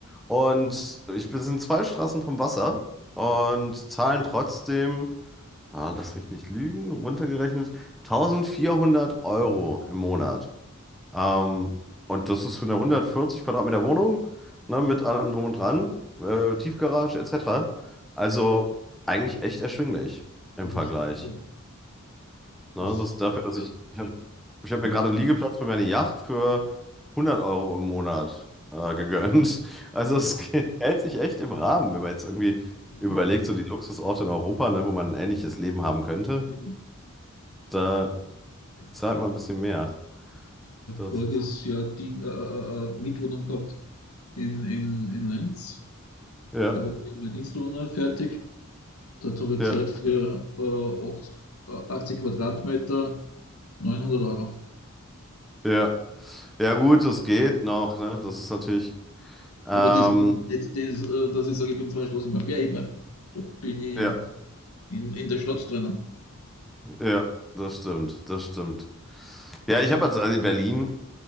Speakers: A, in the centre; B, on the left.
A: Und ich bin sind zwei Straßen vom Wasser und zahlen trotzdem, ah, lass mich nicht lügen, runtergerechnet 1400 Euro im Monat. Ähm, und das ist für eine 140 Quadratmeter Wohnung, ne, mit allem drum und dran, äh, Tiefgarage etc. Also eigentlich echt erschwinglich im
B: Das
A: Vergleich.
B: ist, ja,
A: Ne,
B: das ist
A: das dafür,
B: teuer.
A: dass ich, ich habe ich hab mir
B: Ja.
A: gerade einen Liegeplatz für meine Yacht für 100 Euro im Monat äh, gegönnt. Also es <laughs> hält sich echt im Rahmen, wenn man jetzt irgendwie
B: Mhm.
A: überlegt, so die Luxusorte in Europa, ne, wo man ein ähnliches Leben haben könnte,
B: Eben.
A: da
B: Äh,
A: zahlt man ein bisschen mehr. Das
B: voriges
A: ist,
B: Jahr die, äh, äh, äh, Mietwohnung gehabt in, in, in Lenz.
A: ja,
B: Da war eben meine Dienstwohnung fertig. Dort habe ich
A: ja,
B: gezahlt für äh, 80, äh, 80 Quadratmeter neunhundert Euro.
A: ja. Ja gut, das geht noch, ne? Das ist natürlich. Ähm,
B: Aber das ist nicht das, äh, dass ich sage, ich bin zwei Straßen beim Meerheber. Da bin ich
A: ja,
B: in, in der Stadt drinnen.
A: ja, das stimmt, das stimmt. Ja, ich habe jetzt also in Berlin,